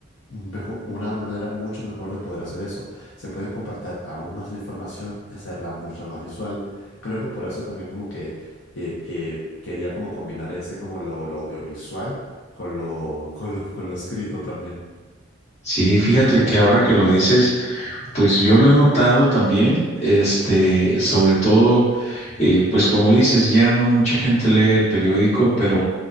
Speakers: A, on the left; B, on the left.
A: mejo- una manera mucho mejor de poder hacer eso. Se puede compactar aún más la información y hacerla mucho más visual. Creo que por eso también como que, que, que quería como combinar ese como lo, lo audiovisual con lo, con lo, con lo escrito también.
B: Sí, fíjate que ahora que lo dices, pues yo lo he notado también, este, sobre todo, eh, pues como dices, ya no mucha gente lee el periódico, pero